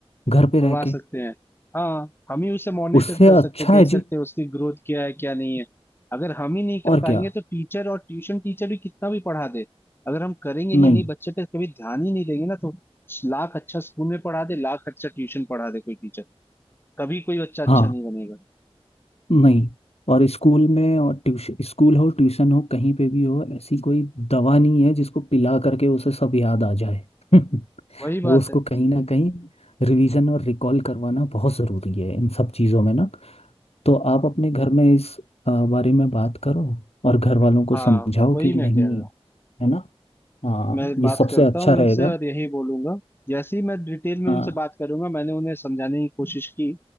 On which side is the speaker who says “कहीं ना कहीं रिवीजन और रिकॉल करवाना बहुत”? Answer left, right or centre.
Left